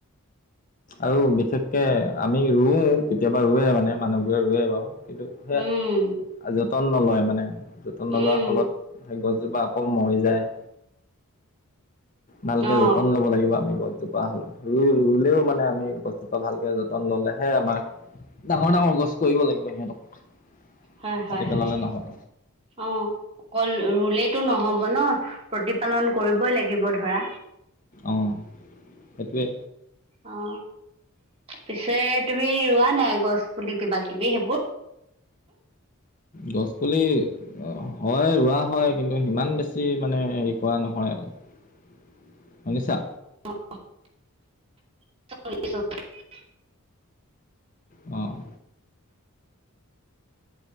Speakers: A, on the left; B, on the right.
A: আৰু বিশেষকে আমি ৰুওঁ কেতিয়াবা ৰুৱে মানে মানুহবোৰে ৰুৱে বাৰু কিন্তু সেয়া
B: উম
A: যতন নলয় মানে যতন নলোৱাৰ
B: উম
A: ফলত সেই গছ এজোপা আকৌ মৰি যায় ভালকে
B: অঁ
A: যতন ল'ব লাগিব আমি গৈ জোপা হলো ৰুই ৰুলেও মানে আমি বস্তুটো ভালকে যতন ললেহে আমাৰ ডাঙৰ ডাঙৰ গছ কৰিব লাগিব সিহঁতক
B: হয় হয়
A: কাটি
B: হয়
A: পেলালে নহ'ব
B: অ অকল ৰুলে টো নহব ন প্ৰতিপালন কৰিবই লাগিব ধৰা
A: অ সেইটোৱে
B: অ পিছে তুমি ৰোৱা নাই গছ পুলি কিবা কিবি সেইবোৰ
A: গছ পুলি হয় ৰোৱা হয় কিন্তু সিমান বেছি মানে কৰা নহয় আৰু নিছা
B: <unintelligible>
A: অ'